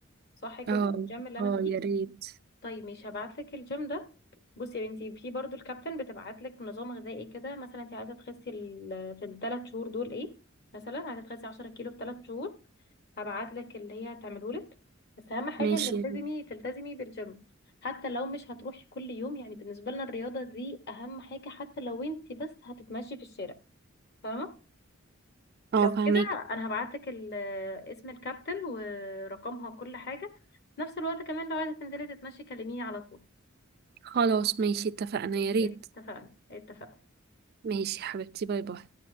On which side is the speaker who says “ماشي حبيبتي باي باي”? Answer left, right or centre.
Right